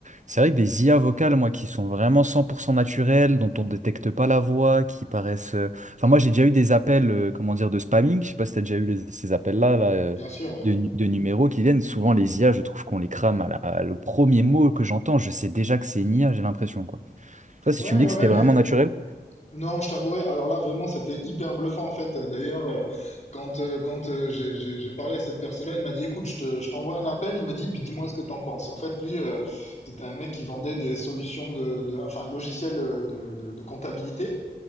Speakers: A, on the right; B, on the left.
A: c'est vrai que des IA vocales, moi, qui sont vraiment 100% naturelles, dont on détecte pas la voix, qui paraissent. euh, Enfin, moi, j'ai déjà eu des appels, euh, comment dire, de spamming. Je sais pas si tu as déjà eu les- ces appels-là, là, euh,
B: bien sûr, ouais.
A: de, nu- de numéros qui viennent. Souvent, les IA, je trouve qu'on les crame à la- le premier mot que j'entends. Je sais déjà que c'est une IA, j'ai l'impression, quoi. Toi, si
B: Ouais,
A: tu
B: ouais,
A: me dis que
B: ouais,
A: c'était
B: mais
A: vraiment naturel.
B: non, je t'avouerai, alors là, vraiment, c'était hyper bluffant, en fait. Heu, d'ailleurs, heu, quand, heu, quand, heu, j'ai j'ai j'ai parlé à cette personne-là, il m'a dit: «Écoute, je te je t'envoie un appel», il me dit: «Puis dis-moi ce que t'en penses». En fait, lui, heu, c'était un mec qui vendait des solutions de de enfin, un logiciel, heu, de de de comptabilité